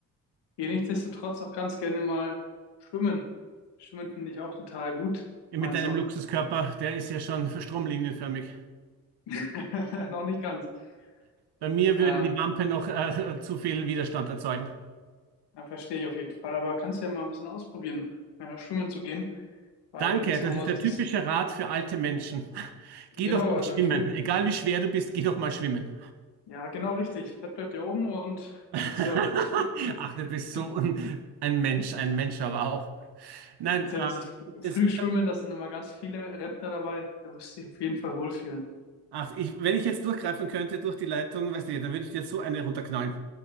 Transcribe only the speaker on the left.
gehe nichtsdestotrotz auch ganz gerne mal schwimmen. Schwimmen finde ich auch total gut.
Ich meine
es auch
<laughs> noch nicht ganz.
Also da
Ja, verstehe ich auf jeden Fall. Aber kannst du ja mal ein bisschen ausprobieren, ja, schwimmen zu gehen. Weil
da gibt's
ja auch mal
dieses.
Genau,
also
im Früh.
Ja, genau richtig. Fett bleibt ja oben und
da gibt's ja auch das Früh gibt,
gibt,
gibt's ja
dieses Frühschwimmen,
da sind immer ganz viele Rentner dabei. Da wirst du dich auf jeden Fall wohlfühlen.